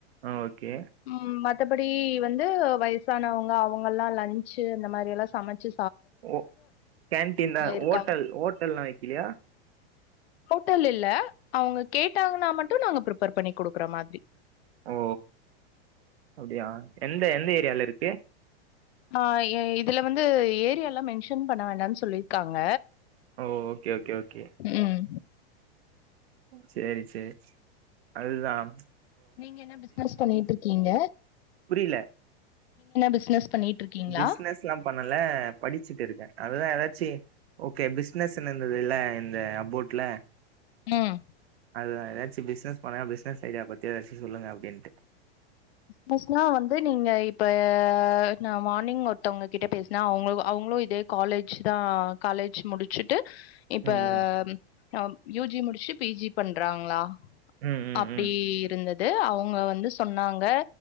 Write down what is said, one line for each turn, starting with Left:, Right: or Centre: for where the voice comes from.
Right: ஆ ஓகே
Left: ம் மத்தபடி வந்து வயசானவங்க அவங்கல்லாம் லஞ்ச் இந்த மாரில்லாம் சமச்சு
Right: ஓ கேன்டீன் தா
Left: இருக்காங்க
Right: ஓட்டல் ஓட்டல்லாம் வக்கிலையா
Left: ஹோட்டல் இல்ல அவுங்க கேட்டாங்கன்னா மட்டும் நாங்க ப்ரீப் பண்ணி குடுக்குற மாதிரி
Right: ஓ அப்டியா எந்த எந்த ஏரியால இருக்கு
Left: ஆ ஏ இதுல வந்து ஏரியா எல்லாம் மென்ஷன் பண்ண வேண்டாம்னு சொல்லிருக்காங்க
Right: ஓ ஓகே ஓகே ஓகே
Left: ம்
Right: சேரி சேரி அதுதான்
Left: நீங்க என்ன பிசினஸ் பண்ணிட்டு இருக்கீங்க
Right: புரில
Left: பிசினஸ் பண்ணிட்ருக்கீங்களா
Right: பிஸ்னஸ்லாம் பண்ணல படிச்சிட்டு இருக்கே அதுதான் ஏதாச்சி ஓகே பிசினஸ்னு இருந்ததுல இந்த அபோட்ல
Left: ம்
Right: அதுதா ஏதாச்சும் பிஸ்னஸ் பண்ண பிஸ்னஸ் ஐடியா பத்தி எதாச்சு சொல்லுங்க அப்டின்ட்டு
Left: நர்ஸ்னா வந்து நீங்க இப்ப நா மார்னிங் ஒருத்தவங்க கிட்ட பேசுன அவுங்க அவுங்களு இதே காலேஜ்தா காலேஜ் முடிச்சு ட்டு இப்ப
Right: ம் ம்
Left: ஆ யூ ஜி முடிச்சிட்டு பி ஜி பண்றாங்ளா
Right: ம் ம்
Left: அப்டி
Right: ம்
Left: இருந்தது அவங்க வந்து சொன்னாங் க